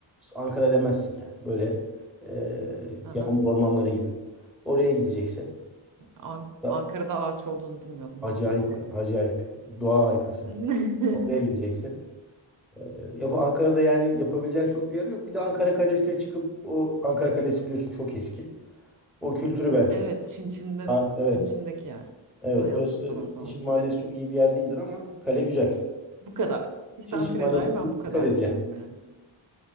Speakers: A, in the centre; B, on the right.
A: Ankara demezsin yani. Böyle e,
B: hı hı.
A: yağmur ormanları gibi. Oraya gideceksin.
B: An-
A: Da-
B: Ankara'da ağaç olduğunu bilmiyordum
A: Acayip
B: ben bu arada.
A: ya. Acayip. Doğa harikası.
B: <laughs>
A: Oraya gideceksin. E, Yap Ankara'da yani yapabileceğin çok bir yer yok. Bir de Ankara Kalesi'ne çıkıp o Ankara Kalesi biliyorsun çok eski. O kültürü belki.
B: Evet, Çin Çin'de
A: Ha, evet.
B: Çin Çin'deki yer.
A: Evet.
B: Ama
A: Orası
B: yanlış hatırlamıyorum tamam.
A: Çinçin Mahallesi
B: Evet,
A: çok iyi bir yer değildir ama kale güzel.
B: bu kadar. İşte
A: Çinçin
B: Ankara'ya
A: Mahallesi'ne
B: dair ben
A: dik-
B: bu kadar
A: dikkat edeceksin.
B: biliyorum yani.